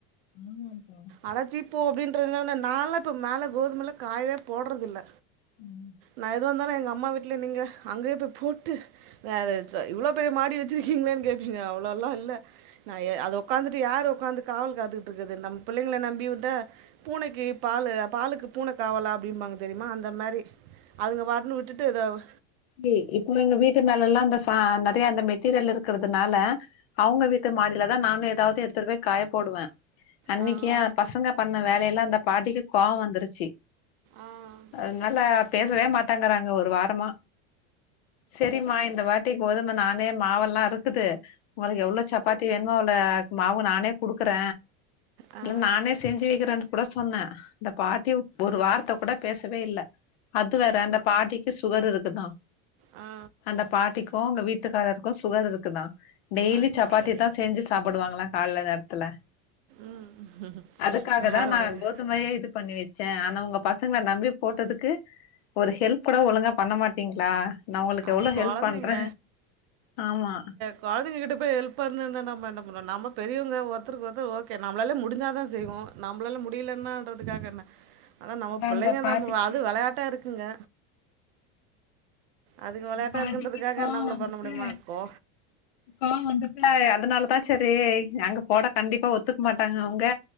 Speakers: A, on the left; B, on the right.
A: ஆமாம்ப்பா
B: அடச்சிப்போ அப்டின்றது நாள இப்ப மேல கோதுமல்லா காயவே போடுறது இல்ல
A: ம்
B: நா எதுவா இருந்தாலு எங்க அம்மா வீட்ல நீங்க அங்கேயே போய் போட்டு வேறு ச இவ்ளோ பெரிய மாடி வச்சிருக்கிங்களேன்னு கேப்பீங்க அவ்ளோலா இல்ல நா ஏ அது உக்காந்துட்டு யாரு உக்காந்து காவல் காத்துகிட்டு இருக்குறது நம்ம பிள்ளங்கள நம்பி உட்ட பூனைக்கு பால் பாலுக்கு பூனை காவலா அப்டிம்பாங்க தெரியுமா அந்த மாரி அதுங்க பாட்டுனு விட்டுட்டு இதோவ்
A: இ இப்போம எங்க வீட்டு மேல எல்லாம் அந்த ச நறைய அந்த மெட்டீரியல் இருக்கிறதுனால அவுங்க வீட்டு மாடியிலதா நானு ஏதாவது எடுத்துட்டு போய் காய போடுவ அன்னைக்கே
B: ஆ
A: பசங்க பண்ண வேலையெல்லா அந்த பாட்டிக்கு கோவோ வந்துருச்சி
B: ஆ
A: அதனால பேசவே மாட்டேங்கிறாங்க ஒரு வாரமா செரிமா இந்த வாட்டிக்கு கோதும நானே மாவெல்லா இருக்குது உனக்கு எவ்வளோ சப்பாத்தி வேணுமோ அவ்ளோ மாவு நானே குடுக்குற
B: ஆ
A: இல்ல நானே செஞ்சி வைக்கிறான்னு கூட சொன்ன இந்த பாட்டி ஒரு வார்த்த கூட பேசவே இல்லை அது வேற அந்த பாட்டிக்கு சுகர் இருக்குதா
B: ஆ
A: ப் பாட்டிக்குஉங்க வீட்டுக்காரருக்கு சுகர் இருக்கு தாடெய்லி
B: அச்சச்சோ
A: சப்பாத்தி தா செஞ்சி சாப்டுவாங்ளா கால்ல நேரத்துல
B: ம்
A: அதுக்காக தா
B: வேற
A: நா
B: பாருங்க
A: கோதுமையே இதுக் பண்ணி வச்சே ஆனா உங்க பசங்கள நம்பி போட்டதுக்கு ஒரு ஹெல்ப் கூட பண்ண மாட்டீங்ளா நா உங்களுக்கு
B: அது
A: எவ்ளோ ஹெல்ப்
B: கொழந்தைங்க
A: பண்ற ஆமா
B: பிராடுக்கிட்ட போய் ஹெல்பண்ணுனா நம்ம என்ன பண்ணோ நம்மோ பெரியவங்க ஒருத்தருக்கு ஒருத்தர் ஓகே நம்மளாலே முடிஞ்சா தா செய்வோ நம்மளால முடியலனான்றதுக்காக என்ன ஆனா
A: அதா
B: நம்மோ பிள்ளைங்க
A: அந்த பாட்டிக்கு
B: நம்மோ அது விளையாட்டா இருக்குங்க அதுங்க வெளையாட்டா
A: அந்த பாட்டிக்கு
B: இருக்குன்றதுக்காக
A: கோவந்ட்டு
B: நம்மள பண்ண முடியுமா கோ
A: கோவோ வந்தத் இல்ல அதனாலதா செரி அங்க போட கண்டிப்பா ஒத்துக்க மாட்டாங்க அவங்க